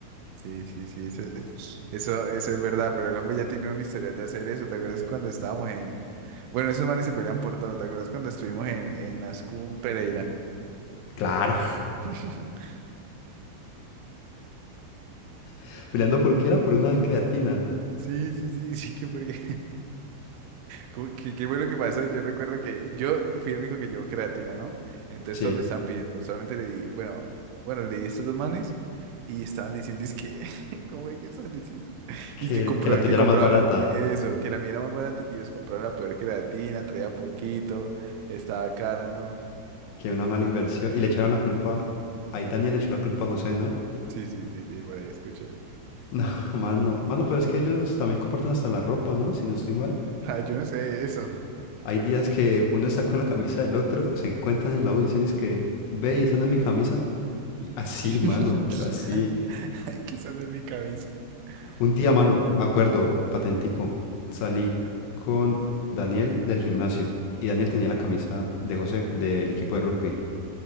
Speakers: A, on the right (about 85°); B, on the left (about 75°).
A: Sí, sí, sí, eso, <laughs> eso, eso es verdad, pero el hombre ya tiene un historial de hacer eso. ¿Te acuerdas cuando estábamos en... Bueno, esos manes se pelean por todo. ¿Te acuerdas cuando estuvimos en, en Ascún Pereira?
B: Claro,
A: <laughs>
B: <laughs> peleando porque era por una creatina.
A: Sí, sí, sí, <laughs> sí, que porque... Cu- Qué, qué bueno que pasó. Yo recuerdo que yo fui el único que llevó creatina, ¿no? Entonces
B: Sí,
A: todos me estaban pidiendo. Solamente le di, bueno, bueno, le di a estos dos manes y estaban diciendo, es que, <laughs> ¿cómo es que están diciendo?
B: que,
A: Y es que, compró,
B: que la tuya
A: que compraban
B: era más barata.
A: la- eso, que la mía era más barata y que ellos compraban la peor creatina, traía poquito, estaba cara, ¿no?
B: Que una mala inversión. Y le echaron la culpa. Ahí Daniel le echó la culpa a José, ¿no? <laughs>
A: Sí, sí, sí, sí, por ahí escuché. <laughs>
B: No, mano. Mano, pero es que ellos también comparten hasta la ropa, ¿no? Si no estoy mal.
A: Ah, yo no sé eso.
B: Hay días que uno está con la camisa del otro, se encuentran en la U y dicen, que ve y esa no es mi camisa. Y así,
A: <laughs>
B: <laughs> mano, pero así.
A: <laughs> Quizás no es mi cabeza.
B: Un día,
A: No tiene.
B: mano, me acuerdo, patentico, salí con Daniel del gimnasio. Y Daniel tenía la camisa de José, del equipo de rugby.